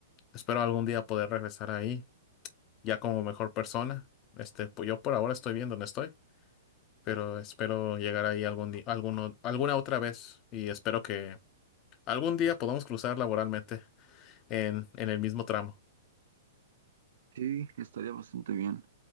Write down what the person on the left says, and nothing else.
espero algún día poder regresar ahí ya como mejor persona. Este, pues yo por ahora estoy bien donde estoy, pero espero llegar ahí algún día, alguno, alguna otra vez y espero que algún día podamos cruzar laboralmente en, en el mismo tramo.